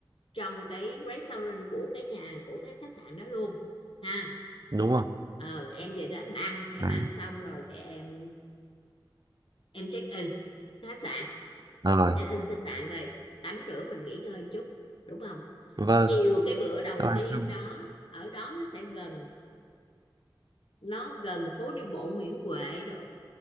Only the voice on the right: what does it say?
đúng rồi
đấy
rồi
vâng
các bạn
xong